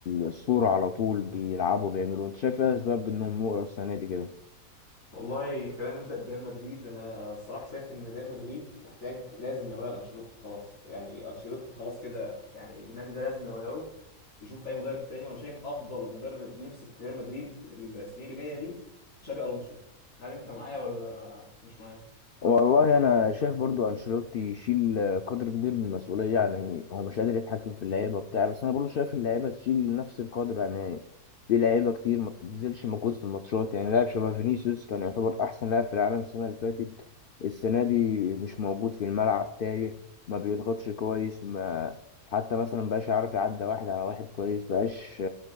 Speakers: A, on the left; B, on the left.
A: الصورة على طول بيلعبوا بيعملوا انت شايف ايه اسباب انهم وقعوا السنة دي كده؟
B: والله خلينا نبدأ بريال مدريد انا الصراحة شايف ان ريال مدريد محتاج لازم يغير انشيلوتي خلاص يعني انشيلوتي خلاص كده يعني النادي ده لازم يغيره يشوف اي مدرب تاني وانا شايف افضل مدرب يمسك ريال مدريد السنين اللي جاية دي تشابي الونسو هل انت معايا ولا مش معايا
A: والله انا شايف برضو انشيلوتي يشيل قدر كبير من المسؤوليه يعني هو مش قادر يتحكم في اللعيبه بتاع بس انا برضو شايف اللعيبه تشيل نفس القدر يعني في لعيبه كتير ما بتبذلش مجهود في الماتشات يعني لاعب شبه فينيسيوس كان يعتبر احسن لاعب في العالم السنه اللي فاتت السنه دي مش موجود في الملعب تايه ما بيضغطش كويس ما حتى مثلا بقاش عارف يعدي واحد على واحد كويس بقاش